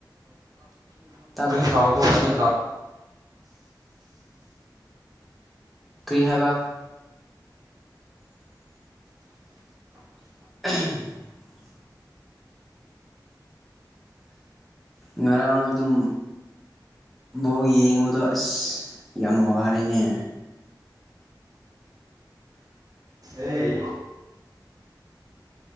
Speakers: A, in the centre; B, on the right.
A: ꯇꯞ
B: ꯁꯥꯎ ꯎꯆꯦ
A: ꯇ꯭ꯔꯤꯍꯕ <unintelligible> <inaudible> ꯉꯔꯥꯡ ꯑꯗꯨꯝ ꯕꯣꯛ ꯌꯦꯡꯕꯗꯣ ꯑꯁ ꯌꯥꯝ ꯋꯥꯔꯦꯅꯦ
B: ꯑꯩ